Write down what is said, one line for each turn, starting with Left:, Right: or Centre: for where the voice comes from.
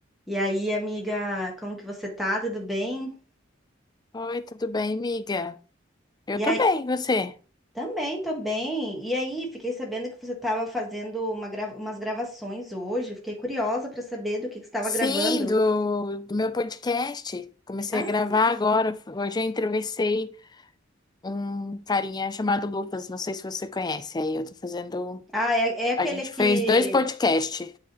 Centre: E aí, amiga, como que você tá? Tudo bem?
Left: Oi, tudo bem, amiga? Eu
Centre: E
Left: tô
Centre: aí,
Left: bem, e você?
Centre: também tô bem. E aí, fiquei sabendo que você estava fazendo uma grava- umas gravações hoje. Fiquei curiosa para saber do que que você estava
Left: Sim,
Centre: gravando.
Left: do, do meu podcast. Comecei
Centre: Ah,
Left: a gravar agora. Hoje eu entrevistei um carinha chamado Lucas, não sei se você conhece. Aí eu tô fazendo.
Centre: ah, é, é aquele
Left: A gente
Centre: aqui.
Left: fez dois podcasts.